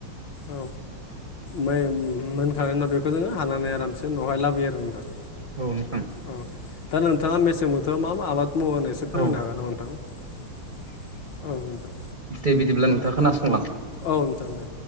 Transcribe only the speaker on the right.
औ नोंथां।
औ
दे बिदिब्ला नोंथाङा खोनासंलां।